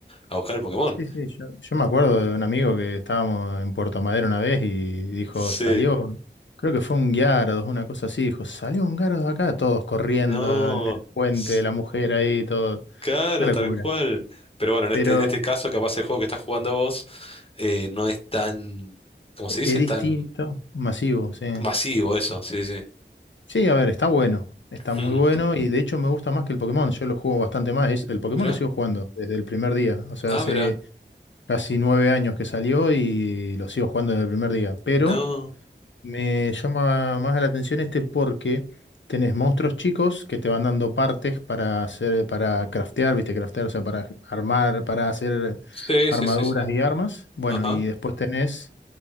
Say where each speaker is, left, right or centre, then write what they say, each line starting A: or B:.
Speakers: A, on the left (about 30°); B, on the left (about 80°).
A: a buscar el Pokémon.
B: Sí, sí, yo, yo me acuerdo de un amigo que estábamos en Puerto Madero una vez y dijo,
A: Sí,
B: salió, creo que fue un Guiarados, una cosa así, dijo, salió un Guiarados acá, todos corriendo
A: no,
B: en el puente
A: s-
B: de la mujer ahí, todo,
A: claro,
B: una
A: tal
B: locura.
A: cual. Pero bueno, en
B: Pero
A: este, en este caso, capaz el juego que estás jugando vos eh, no es tan, ¿cómo se
B: es
A: dice?
B: distinto,
A: Tan
B: masivo, sí.
A: masivo eso, sí, sí.
B: Sí, a ver, está bueno, está
A: Hmm,
B: muy bueno y de hecho me gusta más que el Pokémon, yo lo juego bastante más, es- el Pokémon
A: mirá,
B: lo sigo jugando desde el primer día, o sea,
A: ah,
B: hace
A: mirá,
B: casi nueve años que salió y lo sigo jugando desde el primer día, pero...
A: no.
B: Me llama más la atención este porque tenés monstruos chicos que te van dando partes para hacer, para craftear, viste, craftear, o sea, para armar, para hacer
A: Sí,
B: armaduras
A: sí, sí, sí.
B: y armas. Bueno,
A: Ajá.
B: y después tenés